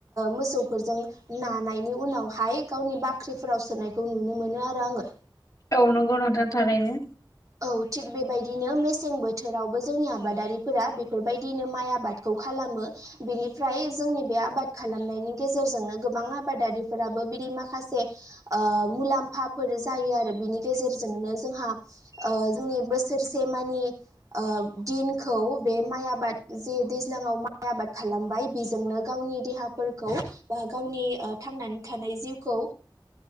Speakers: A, on the right; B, on the left.
A: मोसौफोरजों नानायनि उनावहाय गावनि बाख्रिफोराव सोनायखौ नुनो मोनो आरो आङो
B: औ नंगौ नोंथां थारैनो
A: औ थिग बेबायदिनो मेसें बोथोरावबो जोंनिबादारिफोरा बेफोरबायदिनो माइ आबादखौ खालामो बेनिफ्राय जोंनि बे आबाद खालामनायनि गेजेरजोंनो गोबां आबादारिफोराबो बिदि माखासे मुलाम्फाफोर जायो आरो बिनि गेजेरजोंनो जोंहा जोंनि बोसोरसेमानि दिनखौ बे माइ आबाद जे दैज्लां दैज्लांआव माय आबाद खालामबाय बेजोंनो गावनि देहाफोरखौ बा गावनि थांनानै थानाय जिउखौ